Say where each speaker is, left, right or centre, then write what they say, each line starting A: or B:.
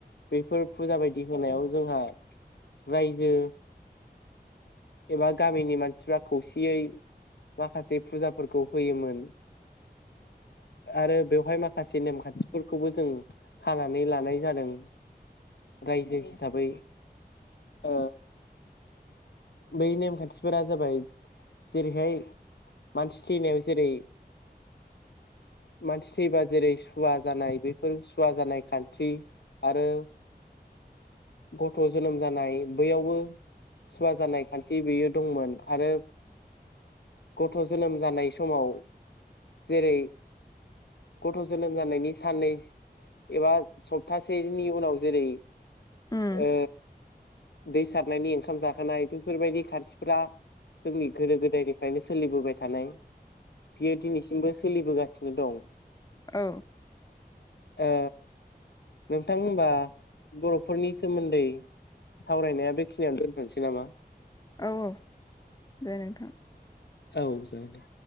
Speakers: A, on the left; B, on the left.
A: बेफोर फुजा बायदि होनायाव जोंहा रायजो एबा गामिनि मानसिफ्रा खौसेयै माखासे फुजाफोरखौ होयोमोन आरो बेवहाय माखासे नेमखान्थिफोरखौबो जों खानानै लानाय जादों रायजो हिसाबै ओ बै नेमखान्थिफोरा जाबाय जेरैहाय मानसि थैनायाव जेरै मानसि थैबा जेरै सुवा जानाय बेफोर सुवा जानाय खान्थि आरो गथ' जोनोम जानाय बैयावबो सुवा जानाय खान्थि बेयो दंमोन आरो गथ' जोनोम जानाय समाव जेरै गथ' जोनोम जानायनि साननै एबा सप्तासेनि उनाव जेरै
B: उम
A: ओ दै सारनायनि ओंखाम जाहोनाय बेफोरबायदि खाथिफोरा जोंनि गोदो गोदायनिफ्रायनो सोलिबोबाय थानाय बियो दिनैसिमबो सोलिबोगा सिनो दं।
B: औ।
A: ओ नोंथां होनबा बर'फोरनि सोमोन्दै सावरायनाया बेखिनियावनो दोनथ'नोसै नामा?
B: औ औ दे नोंथां।
A: औ जागोन दे।